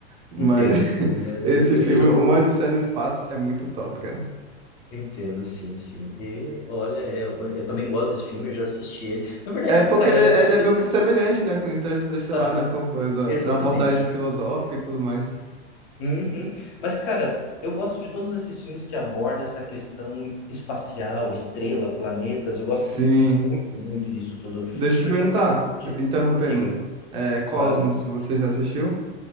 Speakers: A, on the right (about 15°); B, on the left (about 35°).
A: Mas
B: Entendo, entendo.
A: <laughs>
B: É,
A: esse filme,
B: é, Virou.
A: Uma Odisseia no Espaço, é muito top, cara.
B: um, Entendo, sim, sim. E olha, eu, eu também gosto desse filme, eu já assisti ele. Na verdade,
A: É porque
B: cara,
A: ele é,
B: eu,
A: ele é
B: eu-
A: meio que semelhante, né, com o Interestelar,
B: aham,
A: né? Por coisa
B: exatamente.
A: da abordagem filosófica e tudo mais.
B: Uhum. Mas, cara, eu gosto de todos esses filmes que abordam essa questão espacial, estrela, planetas. Eu
A: Sim.
B: gosto muito, muito disso tudo.
A: Deixa eu
B: Porque,
A: te perguntar,
B: cara, di-
A: interrompendo.
B: diga,
A: É, Cosmos,
B: claro.
A: você já assistiu?